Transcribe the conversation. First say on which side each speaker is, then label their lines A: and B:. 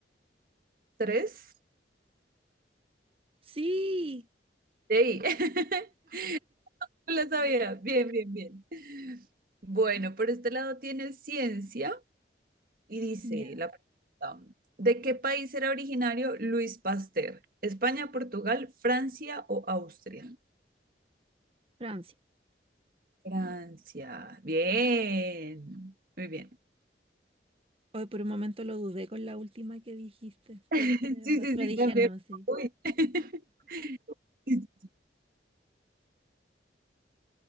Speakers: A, on the right (about 50°); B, on the right (about 30°).
A: ¿Tres?
B: Sí,
A: Sí, <laughs> no lo sabía, bien, bien, bien. Bueno, por este lado tiene ciencia y dice
B: ya.
A: la pregunta, ¿de qué país era originario Luis Pasteur? ¿España, Portugal, Francia o Austria?
B: Francia.
A: Francia. Bien. Muy bien.
B: Hoy por un momento lo dudé con la última que dijiste,
A: <laughs>
B: pero,
A: Sí, sí,
B: pero
A: sí,
B: dije
A: también.
B: no, sí.
A: Uy. <laughs> Sí, sí.